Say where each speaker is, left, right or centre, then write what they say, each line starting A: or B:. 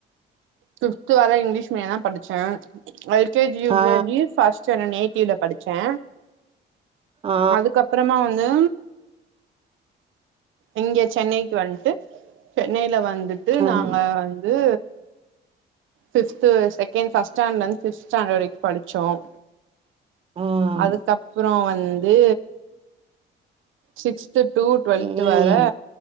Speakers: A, on the right; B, on the right.
A: fifth வர இங்கிலீஷ் மீடியோ தா படிச்ச எல் கே ஜி யு
B: ஆ
A: கே ஜி ஃபர்ஸ் ச்சன நேட்டிவ்ல படிச்சே
B: ஆ
A: அதுக்கப்பறமா வந்து இங்க சென்னைக்கு வன்ட்டு சென்னையில வந்துட்டு
B: ம்
A: நாங்க ந்து ஃப்பித் செகண்ட் ஃபர்ஸ்ட் ஸ்டாண்டர்டிலிருந்து ஃப்பித் ஸ்டாண்டர்ட் வரைக்கு படி சொவ்
B: ம்
A: அதுக்கப்பறோ வந்து சிக்ஸ்து டு டுவெல்த்
B: ம்
A: வர